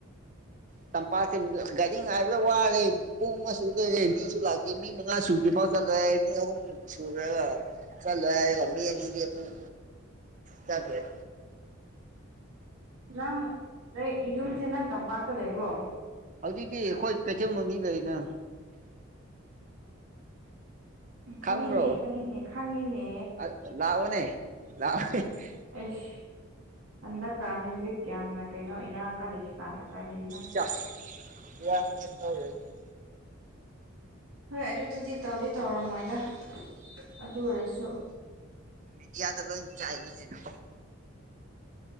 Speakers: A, on the right (about 35°); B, on the right (about 80°).
A: ꯇꯝꯄꯥꯛ ꯇꯤꯃꯗ ꯒꯥꯔꯤ ꯉꯥꯏꯕꯗ ꯋꯥꯔꯦ ꯄꯨꯡ ꯑꯃ ꯁꯨꯗꯣꯏꯔꯦ ꯃꯤꯁꯨ ꯂꯥꯛꯇꯦ ꯃꯤ ꯃꯉꯥ ꯁꯨꯗ꯭ꯔꯤ ꯐꯥꯎ ꯆꯠꯂꯣꯏ ꯍꯥꯏ ꯃꯤ ꯑꯍꯨꯝ ꯁꯨꯈ꯭ꯔꯒ ꯆꯠꯂꯣꯏ ꯍꯥꯏꯒ ꯃꯤ ꯑꯅꯤꯗꯤ ꯑꯃꯨꯛ ꯆꯠꯈꯔ꯭ꯦ
B: ꯅꯪ ꯌꯨꯝꯁꯦ ꯅꯪ ꯇꯝꯄꯥꯛꯇ ꯂꯩꯕ꯭ꯔꯣ
A: ꯍꯧꯖꯤꯛꯇꯤ ꯈꯣꯏ ꯀꯩꯊꯦꯜ <unintelligible> ꯂꯩꯗꯅ
B: ꯈꯪꯉꯦꯅꯦ
A: ꯈꯥꯡꯕ꯭ꯔꯣ
B: ꯈꯪꯉꯦꯅꯦ ꯈꯪꯉꯦꯅꯦ
A: ꯑ ꯂꯥꯛꯑꯣꯅꯦ ꯂꯥꯛ꯫ <unintelligible>
B: ꯑꯩꯁ ꯍꯟꯗꯛꯀꯥꯟ ꯍꯧꯖꯤꯛ ꯌꯥꯝꯅ ꯀꯩꯅꯣ ꯏꯔꯥꯡ ꯀꯜꯂꯤꯁꯤ ꯀꯥꯟꯗ ꯀꯔꯤꯅꯣ꯫
A: <inaudible>
B: ꯍꯣꯏ ꯑꯗꯨꯗꯗꯤ ꯇꯧꯗꯤ ꯇꯧꯔꯝꯃꯣꯏꯗ ꯑꯗꯨ ꯑꯣꯏꯔꯁꯨ꯫
A: ꯃꯤꯗꯤꯌꯥꯗ ꯂꫭꯏꯅ ꯆꯥꯏꯅꯤ ꯀꯩꯅꫭ꯫